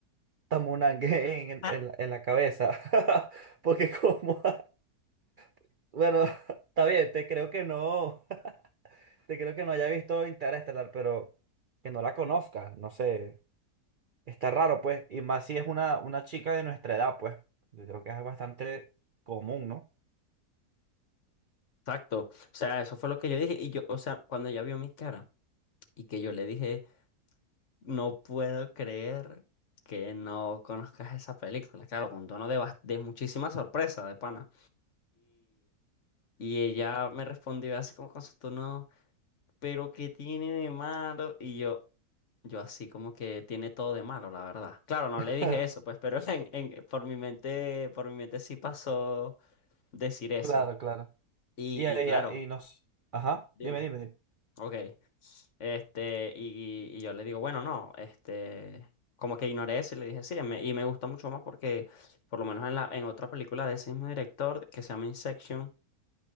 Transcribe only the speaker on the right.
tamunangue en,
en, la en la cabeza. <laughs> Porque como... <laughs> bueno, <laughs> está bien, te creo que no. <laughs> Te creo que no haya visto Interestelar, pero que no la conozca. No sé. Está raro, pues. Y más si es una, una chica de nuestra edad, pues. Yo creo que es bastante común, ¿no?
<laughs>
Claro, claro.
Y,
ella,
y nos... Ajá,
dime, dime, dime.